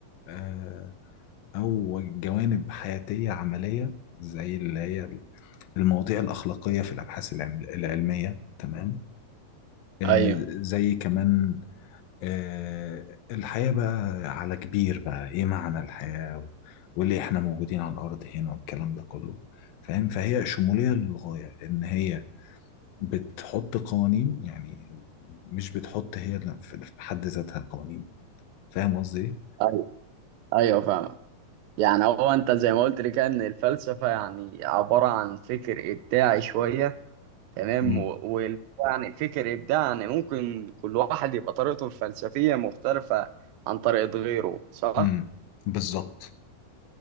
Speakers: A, on the left (about 90°); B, on the right (about 85°).
A: آه، أو جوانب حياتية عملية زي اللي هي المواضيع الأخلاقية في الأبحاث العلم- العلمية تمام آه،
B: ايوه
A: زي كمان آه، الحياة بقى على كبير بقى ايه معنى الحياة و- وليه احنا موجودين على الارض هنا والكلام ده كله فاهم فهي شمولية للغاية ان هي بتحط قوانين يعني مش بتحط هي ل- في في حد ذاتها قوانين فاهم قصدي ايه؟
B: ايوه ايوه فاهمك يعني هو انت زي ما قلت لي كده ان الفلسفه يعني عباره عن فكر ابداعي شويه تمام
A: مم.
B: و... و... يعني فكر ابداعي يعني ممكن كل واحد يبقى طريقته الفلسفيه مختلفه عن طريقه غيره صح؟
A: امم بالظبط